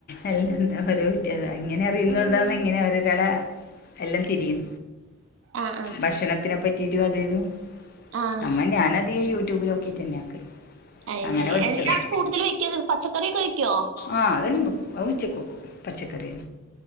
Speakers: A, on the left (about 50°); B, on the right (about 70°).
A: അൽഹംദ് ഓരോ വിത്യാ അങ്ങനെ അറിയുന്നുണ്ടോന്ന്
B: ഉം
A: എങ്ങനെ ഒരുതല എല്ലാം തിരിയും
B: ആഹ് ആഹ്
A: ഭക്ഷണത്തിനെ പറ്റീറ്റും അതേതും
B: ആഹ്
A: നമ്മ ഞനധികം യൂട്യൂബിലൊ ക്കീറ്റന്നെ ആക്കല്
B: അയ്
A: അങ്ങനെ
B: ശരി.
A: പഠിച്ചതാ
B: എന്താണ് കൂടുതല് വെക്കല് പച്ചക്കറിയൊക്കെ വെക്കോ
A: ആഹ് അതല്ലാം ബെക്കും. അത് ഉച്ചകക്കും പച്ചക്കറിയന